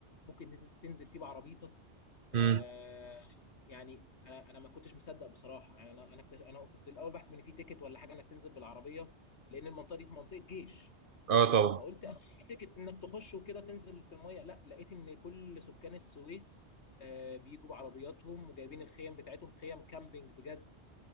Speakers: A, on the left; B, on the right.
A: ممكن تنزل فيه بعربيتك آه
B: امم
A: يعني انا انا ما كنتش مصدق بصراحه يعني انا انا اكتش- انا كنت الاول بحسب ان في تيكت ولا حاجه انك تنزل بالعربيه لان المنطقه دي منطقه جيش
B: اه طبعا
A: فقلت أكيد في تيكت انك تخش وكده تنزل في الميه لا لقيت ان كل سكان السويس آه، بيجوا بعربياتهم وجايبين الخيم بتاعتهم خيم كامبينج بجد